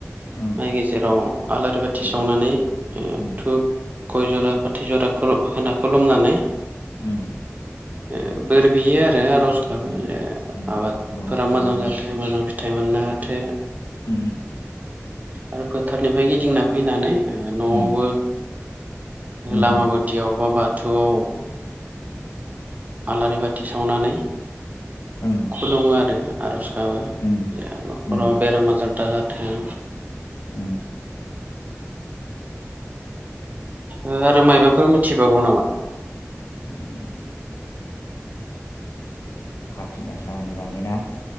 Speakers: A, on the left (about 80°); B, on the right (about 35°).
A: उम
B: माइ गेजेराव आलारि बाथि
A: उम
B: सावनानै ओ
A: उम
B: धुप गय जरा, फाथै जराखौ होना खुलुमनानै
A: ओम।
B: ओ बोर बियो आरो आर'ज गाबो
A: उम
B: ओ
A: उम
B: आबाद
A: बर'फोरनि
B: फोरा मोजां जाथों, मोजां फिथाइ मोननो हाथों
A: ओम।
B: आरो फोथारनिफ्राय गिदिंना फैनानै ओ न'आवबो,
A: उम उम
B: लामा गुदियाव बा बाथौआव आलारि बाथि सावनानै
A: ओम
B: खुलुमो आरो आरज गाबो
A: ओम
B: जे न'खराव
A: ओम
B: बेराम आजार दाजाथों
A: ओ।
B: ओ आरो मायबाफोर मिथिबावो नामा?
A: ओम खाति गासानि बागै ना?